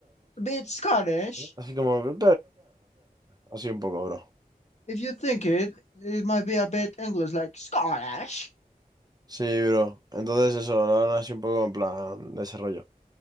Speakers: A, on the left (about 45°); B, on the right (about 25°).
A: A bit Scottish.
B: Así como así un poco, bro.
A: If you think it, it might be a bit English, like Scottish.
B: Sí, bro. Entonces eso, hablan así un poco en plan desarrollo.